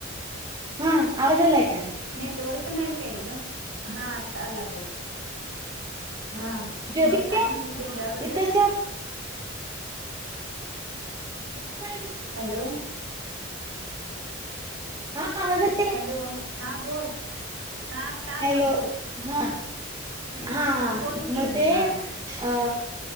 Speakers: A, on the right; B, on the right.
A: हा आवाज यायलाय काय
B: नेटवर्क नाही काय ग हा आता आला बघ हा
A: ज्योती
B: म काय म्हणलीस बेंद्रयांबद्दल
A: इथंच ठेव हेज जाय की
B: हॅलो
A: हां आवाज येत
B: हॅलो हा बोल हा आता आला
A: हॅलो
B: बोल
A: हा हा हा
B: बोल की
A: म ते
B: हा
A: अ